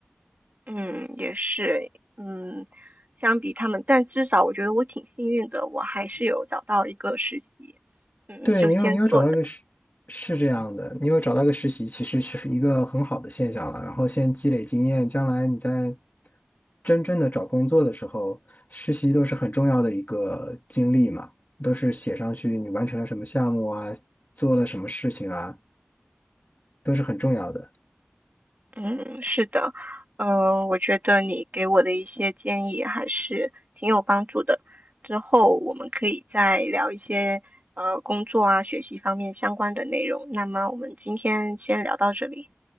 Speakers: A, on the right; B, on the left.
A: 嗯，也是，嗯，相比他们，但至少我觉得我挺幸运的，我还是有找到一个实习，嗯，
B: 对，
A: 就先做着吧。
B: 你有你有找到一个实是这样的，你有找到一个实习，其实是一个很好的现象了。然后先积累经验，将来你在真正的找工作的时候，实习都是很重要的一个经历嘛，都是写上去你完成了什么项目啊，做了什么事情啊，都是很重要的。
A: 嗯，是的，嗯，我觉得你给我的一些建议还是挺有帮助的，之后我们可以再聊一些呃工作啊、学习方面相关的内容。那么我们今天先聊到这里，